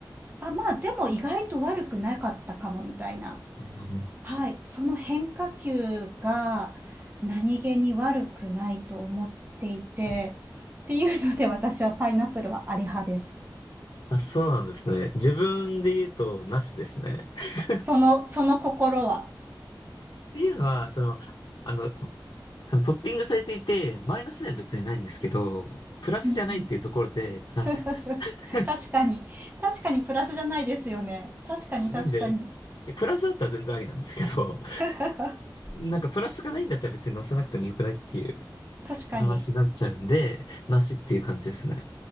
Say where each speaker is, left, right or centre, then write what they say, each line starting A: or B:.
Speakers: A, on the right; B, on the left.
A: あ、まあでも意外と悪くなかったかもみたいな。
B: あの
A: はい、その変化球が何気に悪くないと思っていて、っていうので私はパイナップルはあり派です。
B: あ、そうなんですね。自分で言うと、なしですね。<laughs> っ
A: その、その心は。
B: ていうのは、その、あの、そのトッピングされていて、マイナスでは別にないんですけど、プラスじゃないっていうところで、
A: うんうん、
B: なしです。
A: <laughs>
B: <laughs>
A: 確かに。確かにプラスじゃないですよね。確かに確かに。
B: あなんで、えプラスだったら全然ありなんですけど、
A: <laughs>
B: なんかプラスがないんだったら別に載せなくてもよくないっていう
A: 確かに。
B: お話になっちゃうんで、なしっていう感じですね。